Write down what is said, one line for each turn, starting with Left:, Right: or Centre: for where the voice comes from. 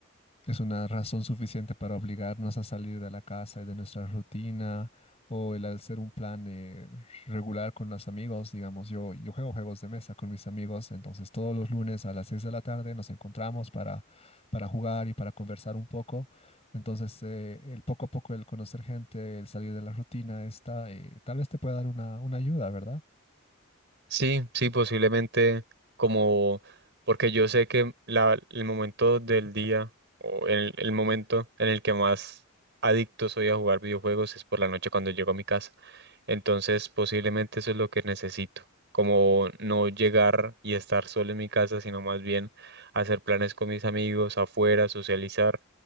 Left: Es una razón suficiente para obligarnos a salir de la casa y de nuestra rutina o el hacer un plan eh, regular con los amigos. Digamos, yo, yo juego juegos de mesa con mis amigos, entonces todos los lunes a las 6 de la tarde nos encontramos para, para jugar y para conversar un poco. Entonces, eh, el poco a poco, el conocer gente, el salir de la rutina, esta, eh, tal vez te pueda dar una, una ayuda, ¿verdad?
Right: Sí, sí, posiblemente como, porque yo sé que la, el momento del día o el, el momento en el que más adicto soy a jugar videojuegos es por la noche cuando llego a mi casa. Entonces, posiblemente eso es lo que necesito, como no llegar y estar solo en mi casa, sino más bien hacer planes con mis amigos afuera, socializar